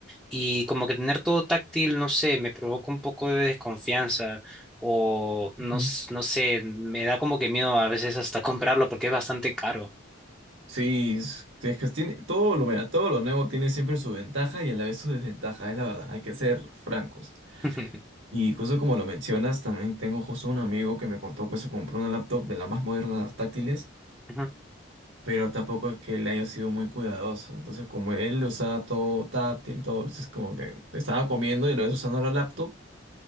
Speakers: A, in the centre; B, on the right (about 70°).
A: Y como que tener todo táctil, no sé, me provoca un poco de desconfianza. O no,
B: Ujú.
A: s- no sé, me da como que miedo a veces hasta comprarlo porque es bastante caro.
B: Sí, es, es que tiene todo lo, mira, todo lo nuevo tiene siempre su ventaja y a la vez su desventaja, es la verdad, hay que ser francos.
A: <laughs>
B: Y justo como lo mencionas, también tengo justo un amigo que me contó que se compró una laptop de las más modernas, las táctiles,
A: Ujú,
B: pero tampoco es que él haya sido muy cuidadoso. Entonces, como él usaba todo táctil, todo, es como que estaba comiendo y lo ves usando la laptop,